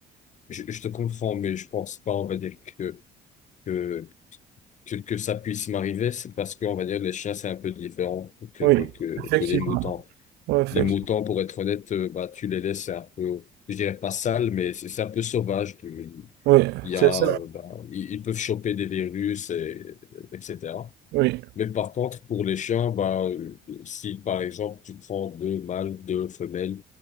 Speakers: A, on the left (about 45°); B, on the right (about 80°).
A: je, je te comprends, mais je pense pas, on va dire que, que que, que ça puisse m'arriver, c'est parce que on va dire les chiens, c'est un peu différent que,
B: Oui,
A: que, que,
B: effectivement.
A: que les moutons.
B: Oui, effectivement.
A: Les moutons, pour être honnête, euh, bah, tu les laisses un peu, je dirais pas sales, mais c'est c'est un peu sauvage. Tu-
B: Oui,
A: Il y
B: c'est
A: a,
B: ça.
A: euh, bah, ils, ils peuvent choper des virus, et, etc.
B: Oui.
A: Mais par contre, pour les chiens, bah, euh, si par exemple tu prends deux mâles, deux femelles